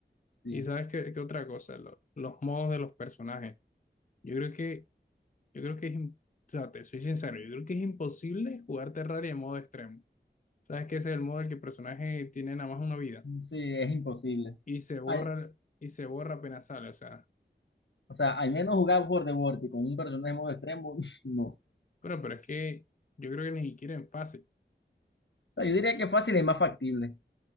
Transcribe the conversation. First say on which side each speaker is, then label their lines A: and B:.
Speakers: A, on the left (about 75°); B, on the left (about 45°).
A: Sí.
B: Y sabes qué, qué otra cosa, Lo- los modos de los personajes. Yo creo que, yo creo que es, im- o sea, te soy sincero, yo creo que es imposible jugar Terraria en modo extremo. Sabes que ese es el modo en el que el personaje tiene nada más una vida
A: Sí, es imposible.
B: y se borra,
A: Al-
B: y se borra apenas sale. O sea,
A: o sea, al menos jugar por the Vortex con un personaje en modo extremo, <laughs> no. O
B: bueno, pero es que yo creo que ni siquiera en fácil.
A: sea, yo diría que fácil es más factible.